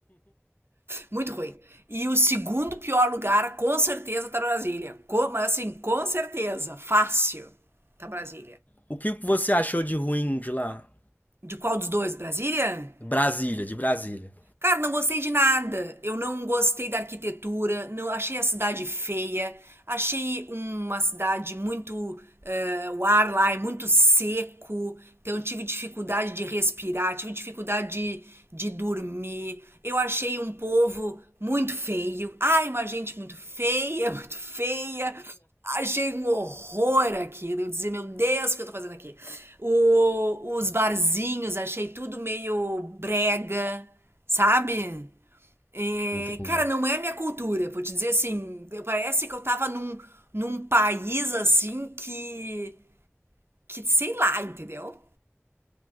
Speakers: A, on the right (about 55°); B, on the left (about 35°).
A: Muito ruim. E o segundo pior lugar, com certeza, tá Brasília. Co- mas assim, com certeza. Fácil. Tá Brasília.
B: O que você achou de ruim de lá?
A: De qual dos dois? Brasília?
B: Brasília, de Brasília.
A: Cara, não gostei de nada. Eu não gostei da arquitetura, não achei a cidade feia, achei uma cidade muito eh, o ar lá é muito seco, então eu tive dificuldade de respirar, tive dificuldade de, de dormir. Eu achei um povo muito feio. Ai, uma gente muito feia, <laughs> muito feia. Achei um horror aquilo. Eu dizia, meu Deus, o que eu tô fazendo aqui? O- os barzinhos, achei tudo meio brega. Sabe? É,
B: Entendi.
A: cara, não é a minha cultura. Vou te dizer assim, eu- parece que eu tava num, num país assim que, que sei lá, entendeu?